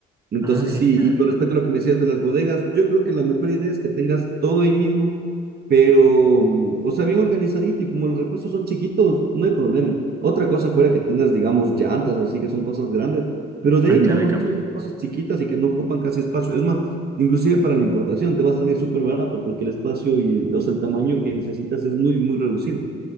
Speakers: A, on the right; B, on the right.
A: Entonces,
B: Ah, genial.
A: sí, y con respecto a lo que me decías de las bodegas, yo creo que la mejor idea es que tengas todo ahí mismo, pero, mm, o sea, bien organizadito y como los repuestos son chiquitos, no hay problema. Otra cosa fuera que tengas, digamos, llantas o así, que son cosas grandes, pero de
B: Ah,
A: ahí
B: claro,
A: no,
B: hay cambio.
A: son cosas chiquitas y que no ocupan casi espacio. Es más, inclusive para la importación te va a salir súper barato porque el espacio y el, o sea, el tamaño que necesitas es muy, muy reducido.